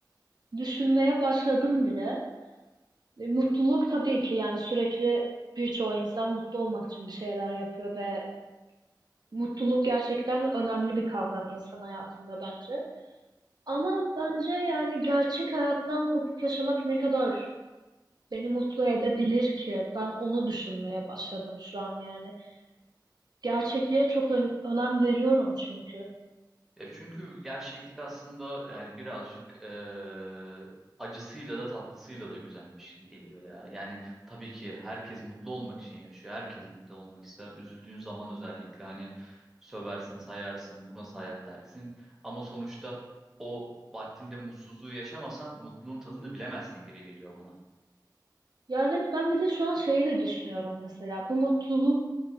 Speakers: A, on the right; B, in the centre.
A: düşünmeye başladım bile. E, Mutluluk tabii ki yani sürekli birçoğu insan mutlu olmak için bir şeyler yapıyor ve Mutluluk gerçekten önemli bir kavram insan hayatında bence. Ama bence yani gerçek hayattan kopuk yaşamak ne kadar beni mutlu edebilir ki? Ben onu düşünmeye başladım şu an yani. Gerçekliğe çok ön- önem veriyorum çünkü.
B: Ya çünkü gerçeklik aslında yani birazcık eee, acısıyla da tatlısıyla da güzelmiş gibi geliyor ya. Yani tabii ki herkes mutlu olmak için yaşıyor. Herkes mutlu olmak ister. Üzüldüğün zaman özellikle hani söversin, sayarsın, bu nasıl hayat dersin. Ama sonuçta o vaktinde mutsuzluğu yaşamasan mutluluğun tadını bilemezsin gibi geliyor bana.
A: Ya evet ben bir de şu an şeyi de düşünüyorum mesela. Bu mutluluk